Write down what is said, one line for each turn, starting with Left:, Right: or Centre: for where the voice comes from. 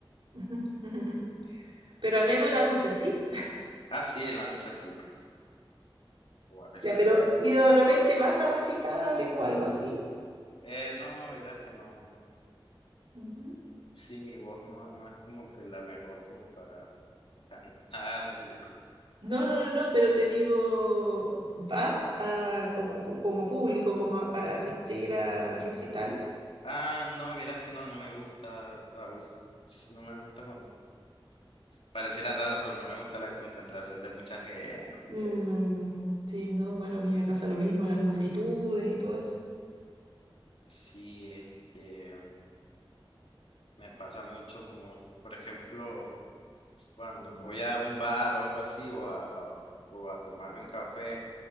Right: <laughs> Pero al menos en la ducha, ¿sí?
Left: Ah, sí, en la lucha sí. O a veces
Right: Ya, pero ¿y de repente vas a recitales o algo así?
Left: Eh, no, vieras que no, no.
Right: Ujú.
Left: Sí, mi voz no, no es como que la mejor como para cantar. y-
Right: No, no, no, no, pero te digo, ¿vas a, como, pu- como público, como a- para asistir a recitales?
Left: Ah, no, vieras que no, no me gusta. ah, uy, no me gusta con... Pareciera raro, pero no me gusta la concentración de mucha gente. y
Right: Mm,
Left: eso.
Right: sí, no, bueno, a mí me pasa lo mismo, las multitudes y todo eso.
Left: Sí, este, me pasa mucho como, por ejemplo, cuando voy a un bar o algo así o a, o o a tomarme un café.